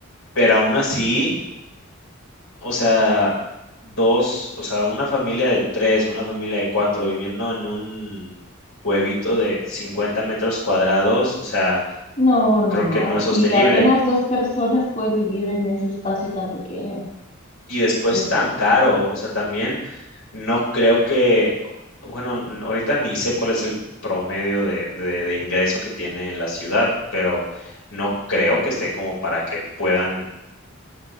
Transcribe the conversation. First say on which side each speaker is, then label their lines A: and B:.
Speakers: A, on the left; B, on the left.
A: Pero aún así, o sea, dos, o sea, una familia de tres, una familia de cuatro viviendo en un huevito de 50 metros cuadrados, o sea,
B: No, no,
A: creo
B: no.
A: que no es sostenible.
B: Si apenas dos personas pueden vivir en ese espacio tan pequeño.
A: y después
B: Es,
A: tan caro, o sea, también no creo que, bueno, n- ahorita ni sé cuál es el promedio de, de- de ingreso que tiene la ciudad, pero no creo que esté como para que puedan,